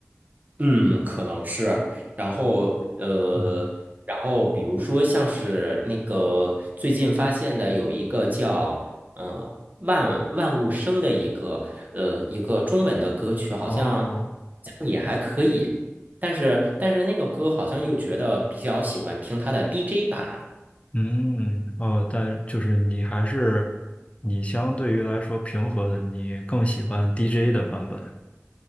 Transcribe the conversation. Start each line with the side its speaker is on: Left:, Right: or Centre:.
Right: 嗯，可能是。然后，呃，
Left: 嗯，
Right: 然后比如说像是那个最近发现的有一个叫呃万万物生的一个呃一个中文的歌曲，好像
Left: 哦，
Right: 也还可以，但是但是那个歌好像又觉得比较喜欢听它的 DJ 版。
Left: 嗯哦，但就是你还是你相对于来说平和的，你更喜欢 DJ 的版本，